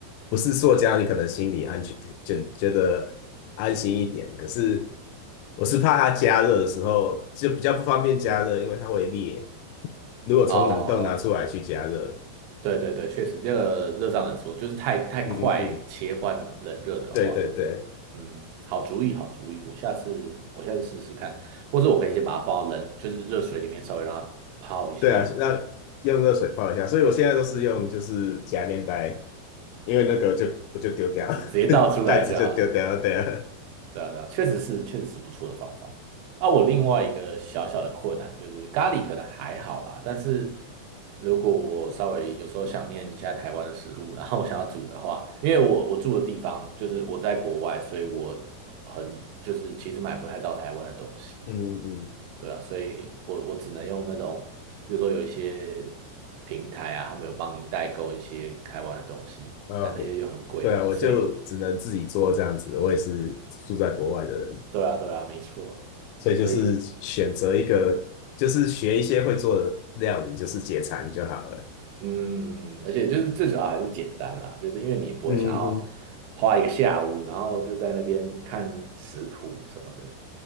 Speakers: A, on the left; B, on the right.
A: 不是塑胶，你可能心里安全就觉得安心一点。可是我是怕它加热的时候就比较不方便加热，因为它会裂。如果从冷冻拿出来去加热，
B: 哦，对对对，确实，这个热胀冷缩，就是太太快切换冷热的话。
A: 嗯嗯嗯，对对对
B: 嗯，好主意，好主意，我下次我下次试试看，或者我可以先把它放到冷，就是热水里面稍微让它泡一下嘛，
A: 对啊，那用热水泡一下。所以我现在都是用就是夹面袋，因为那个就我就丢掉，
B: 直直接倒出来就好了。
A: <laughs> 袋子就丢掉，对啊，
B: 对啊，对啊，确实是确实是不错的方法。啊，我另外一个小小的困难就是咖喱可能还好啦，但是如果我稍微有时候想念一下台湾的食物，然后我想要煮的话，因为我我住的地方就是我在国外，所以我很就是其实买不太到台湾的东西。
A: 嗯嗯嗯。
B: 对啊，所以我我只能用那种，比如说有一些平台啊，他们有帮你代购一些台湾的东西，
A: 呃，
B: 但那些又很贵，
A: 对啊，
B: <laughs>
A: 我就只能自己做这样子。
B: 所以
A: 我也是住在国外的人，
B: 对啊，对啊，没错，
A: 所以就是选择一个，
B: 所以
A: 就是学一些会做的料理，就是解馋就好了。
B: 嗯，而且就是最主要还是简单啦，就是因为你也不会想要
A: 嗯嗯，
B: 花一个下午，然后就在那边看食谱什么的，